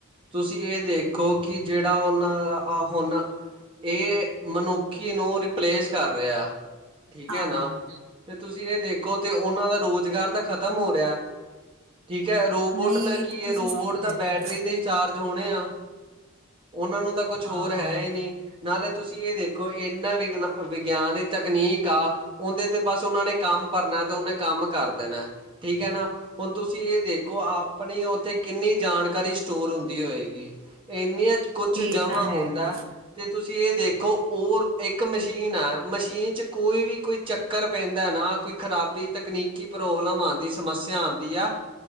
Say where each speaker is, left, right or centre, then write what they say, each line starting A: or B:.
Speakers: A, on the right (about 25°); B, on the right (about 65°).
A: ਤੁਸੀਂ ਏ ਦੇਖੋ ਕਿ ਜੇੜਾ ਔਨਾਂ ਹੁਣ ਏ ਮਨੁੱਖੀ ਨੂੰ ਰਿਪਲੇਸ ਕਰ ਰਿਹਾ। ਠੀਕ
B: ਹਾਂ।
A: ਹੈ ਨਾ ਤੇ ਤੁਸੀਂ ਏਹ ਦੇਖੋ ਤੇ ਓਹਨਾਂ ਦਾ ਰੋਜ਼ਗਾਰ ਤੇ ਖ਼ਤਮ ਹੋ ਰਿਹੈ। ਠੀਕ ਹੈ, ਰੋਬੋਟ
B: ਨਹੀਂ
A: ਨਾਲ
B: ਇਹ
A: ਕੀ
B: ਤਾਂ ਤੁਸੀਂ
A: ਹੈ ਰੋਬੋਟ
B: ਸਹੀ ਕਹਿ
A: ਤਾਂ
B: ਰਹੇ
A: ਬੈਟਰੀ
B: ਹੋ
A: ਦੇ ਹੀ ਚਾਰਜ ਹੋਣੇ ਆ। ਓਹਨਾਂ ਨੂੰ ਤਾਂ ਕੁਛ
B: ਹਾਂ
A: ਹੋਰ ਹੈ ਹੀ ਨੀ ਨਾਲੇ ਤੁਸੀਂ ਏਹ ਦੇਖ ਕੋਈ ਇਨਾ ਵਿਗਨਾ ਵਿਗਿਆਨੀ ਤਕਨੀਕ ਆ। ਔੰਦੇ ਤੇ ਬਸ ਓਹਨਾਂ ਨੇ ਕੰਮ ਭਰਨੈ ਤੇ ਓਨੇ ਕੰਮ ਕਰ ਦੇਣੈ, ਠੀਕ ਹੈ ਨਾ। ਹੁਣ ਤੁਸੀਂ ਏਹ ਦੇਖੋ, ਆਪਣੀ ਔਥੇ ਕਿੰਨੀ ਜਾਣਕਾਰੀ ਸਟੋਰ ਹੁੰਦੀ ਹੋਏਗੀ। ਇੰਨੀਆਂ ਕੁਛ
B: ਇਹ
A: ਜਮਾਂ
B: ਤਾਂ
A: ਹੁੰਦੈ।
B: ਹੈ
A: ਤੇ ਤੁਸੀਂ ਏਹ ਦੇਖੋ ਔਰ ਇੱਕ ਮਸ਼ੀਨ ਐ ਮਸ਼ੀਨ 'ਚ ਕੋਈ ਵੀ ਕੋਈ ਚੱਕ ਚੱਕਰ ਪੇੰਦਾ ਨਾ ਕੋਈ ਖਰਾਬੀ, ਤਕਨੀਕੀ ਪ੍ਰੋਬਲਮ ਆਂਦੀ, ਕੋਈ ਸਮੱਸਿਆ ਆੰਦੀ ਆ।